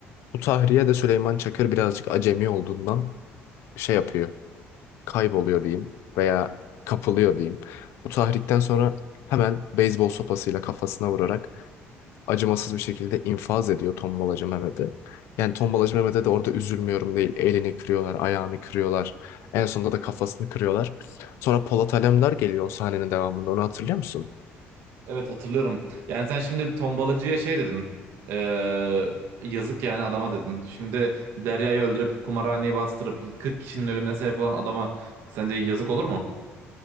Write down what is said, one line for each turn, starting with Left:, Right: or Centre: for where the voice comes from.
Left: Bu tahriye de Süleyman Çakır birazcık acemi olduğundan şey yapıyor. Kayboluyor diyeyim veya kapılıyor diyeyim. Bu tahrikten sonra hemen beyzbol sopasıyla kafasına vurarak acımasız bir şekilde infaz ediyor tombalacı Mehmet'i. Yani tombalacı Mehmet'e de orada üzülmüyorum değil. Elini kırıyorlar, ayağını kırıyorlar. En sonunda da kafasını kırıyorlar. Sonra Polat Alemdar geliyor o sahnenin devamında. Onu hatırlıyor musun?
Right: Evet hatırlıyorum. Yani sen şimdi tombalacıya şey dedin. Ee, yazık yani adama dedin. Şimdi Derya'yı öldürüp kumarhaneyi bastırıp 40 kişinin ölümüne sebep olan adama sence yazık olur mu?